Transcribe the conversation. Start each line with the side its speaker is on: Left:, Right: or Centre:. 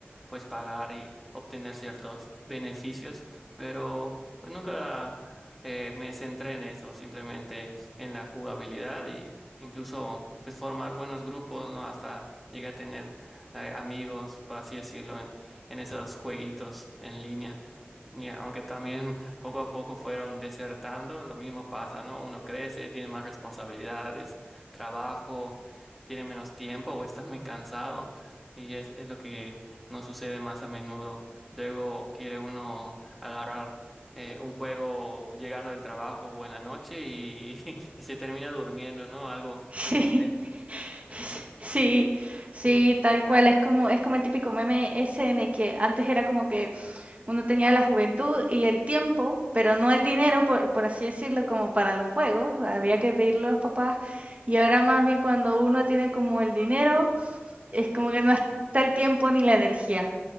Centre: pues pagar y obtener ciertos beneficios, pero pues nunca eh, me centré en eso, simplemente en la jugabilidad y incluso pues formar buenos grupos, ¿no? Hasta llegué a tener eh, amigos, por así decirlo, en, en esos jueguitos en línea. Y aunque también <laughs> poco a poco fueron desertando, lo mismo pasa, ¿no? Uno crece, tiene más responsabilidades, trabajo, tiene menos tiempo o está muy cansado y es, es lo que no sucede más a menudo. Luego quiere uno agarrar eh, un juego llegando del trabajo o en la noche y, <laughs> y se termina durmiendo, ¿no? Algo
Right: Sí,
Centre: triste.
Right: <laughs> sí, sí, tal cual, es como es como el típico meme ese en el que antes era como que Uno tenía la juventud y el tiempo, pero no el dinero, por, por así decirlo, como para los juegos, había que pedirle a los papás. Y ahora más bien cuando uno tiene como el dinero, es como que no está el tiempo ni la energía.